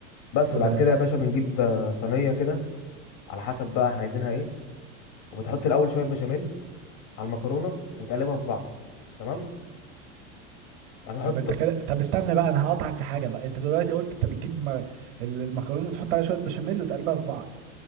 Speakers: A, on the left; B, on the right.
A: بس
B: قول
A: بعد
B: يا ريس
A: كده يا باشا بنجيب آه، صينيه كده على حسب بقى احنا عايزينها ايه وبتحط الاول شويه بشاميل على المكرونه وتقلبها في بعض تمام بعد كده
B: طب
A: تحط
B: انت كده طب استنى بقى انا هقطعك في حاجه بقى انت دلوقتي قلت انت بتجيب م... ال- المكرونه وتحط عليها شويه بشاميل وتقلبها في بعض